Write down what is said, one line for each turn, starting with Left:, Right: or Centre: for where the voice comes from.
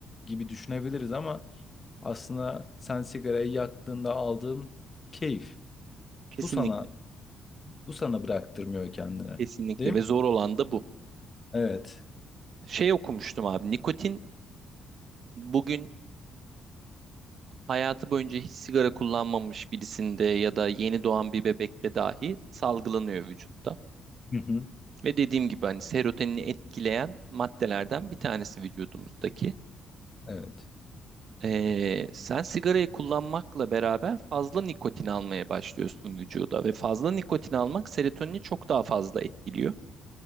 Left: gibi düşünebiliriz ama aslında sen sigarayı yaktığında aldığın keyif
Right: Kesinlikle.
Left: bu sana bu sana bıraktırmıyor kendini.
Right: Kesinlikle
Left: Değil mi?
Right: ve zor olan da bu.
Left: Evet.
Right: Şey okumuştum abi. Nikotin bugün hayatı boyunca hiç sigara kullanmamış birisinde ya da yeni doğan bir bebekte dahi salgılanıyor vücutta.
Left: Hı hı.
Right: Ve dediğim gibi hani serotonini etkileyen maddelerden bir tanesi vücudumuzdaki.
Left: Evet.
Right: Ee, sen sigarayı kullanmakla beraber fazla nikotin almaya başlıyorsun vücuda ve fazla nikotin almak serotonini çok daha fazla etkiliyor.